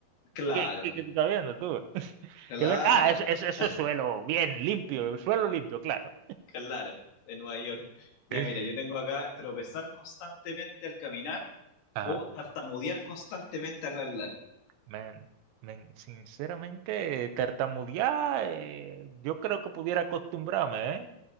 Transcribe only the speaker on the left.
Claro,
claro,
<laughs>
claro, de Nueva York. Ya,
mira, yo tengo acá tropezar constantemente al caminar
o tartamudear constantemente al hablar.